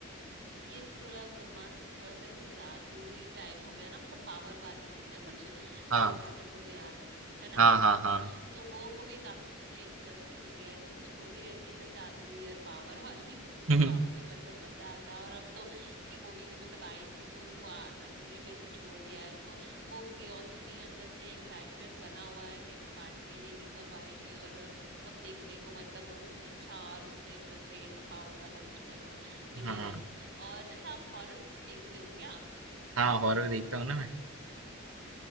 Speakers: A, on the right; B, on the right.
A: ये थोड़ा ब्रह्मास्त्र थोड़ा सा ऐसे जादुई टाइप हो गया ना मतलब पावर वाली थी ना कुछ अ,
B: हाँ
A: जहाँ तक मुझे याद है है ना
B: हाँ हाँ हाँ
A: तो वो मूवी काफी मुझे इंटरेस्टिंग लगी ऐसी कुछ मूवी रहती है ना जादुई और पावर <laughs> वाली तो मुझे
B: <laughs>
A: काफी मतलब मजा आता है और अब तो ये मूवी जो मतलब आई थी तो उसको आ- अधूरे में से छोड़ दिया है तो वो क्यूरियोसिटी अंदर से एक्साइटमेंट बना हुआ है नेक्स्ट पार्ट के लिए कि कब आएगी और कब देखने को मतलब वो कुछ अच्छा और उसमें इंटरेस्टिंग ऐसा पावर वाला कुछ बना मिलेगा
B: हाँ
A: और अच्छा आप हॉरर मूवी देखते हो क्या
B: हाँ हॉरर देखता हूँ ना मैं